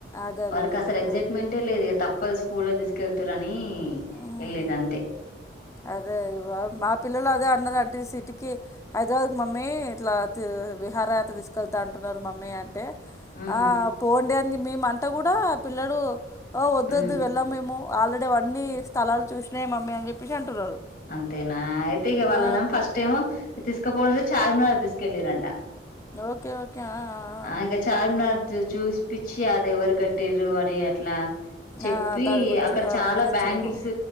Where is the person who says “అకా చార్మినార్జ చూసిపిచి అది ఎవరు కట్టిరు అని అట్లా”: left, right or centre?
Left